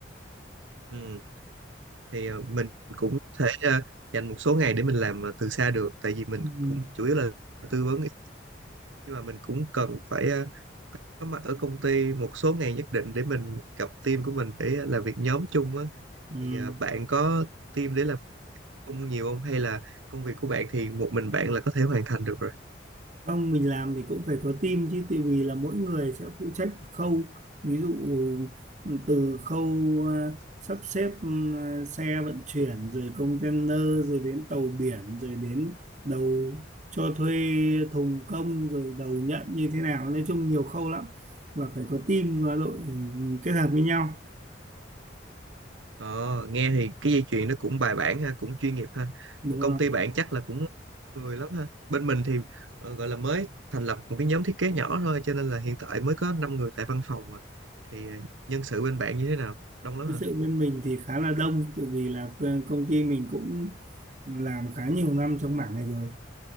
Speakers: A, on the right; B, on the right.
A: ừ, thì ờ, mình cũng thể ờ, dành một số ngày để mình làm ờ, từ xa được tại vì mình
B: ừ.
A: cũng chủ yếu là tư vấn nhưng mà mình cũng cần phải ờ, có mặt ở công ty một số ngày nhất định để mình gặp team của mình để ờ, làm việc nhóm chung á
B: Ừ.
A: thì ờ, bạn có team để làm Không nhiều không? Hay là công việc của bạn thì một mình bạn là có thể hoàn thành được rồi?
B: Không, mình làm thì cũng phải có team chứ tại vì là mỗi người sẽ phụ trách một khâu ví dụ ừ, từ khâu à, sắp xếp ừm, à, xe vận chuyển rồi container rồi đến tàu biển rồi đến đầu cho thuê thùng công rồi đầu nhận như thế nào nói chung nhiều khâu lắm và phải có team và đội ừm, kết hợp với nhau
A: Ờ, nghe thì cái dây chuyền nó cũng bài bản ha, cũng chuyên nghiệp ha.
B: đúng
A: Còn
B: không?
A: Công ty bạn chắc là cũng người lắm ha. Bên mình thì ờ, gọi là mới thành lập một cái nhóm thiết kế nhỏ thôi, cho nên là hiện tại mới có 5 người tại văn phòng mà. Thì ờ, nhân sự bên bạn như thế nào? Đông lắm
B: Cái
A: hả?
B: sự bên mình thì khá là đông tại vì là công ty mình cũng làm khá nhiều năm trong mảng này rồi